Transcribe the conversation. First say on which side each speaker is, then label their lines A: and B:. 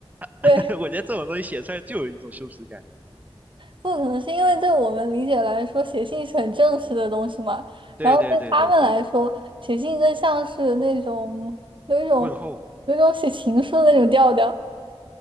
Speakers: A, on the right; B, on the right.
A: <laughs>
B: 对。
A: 我觉得这种东西写出来就有一种羞耻感。
B: 不可能是因为对我们理解来说，写信是很正式的东西嘛，
A: 对对对对对，
B: 然后对他们来说，写信更像是那种有一种有一种写情书的那种调调。
A: 问候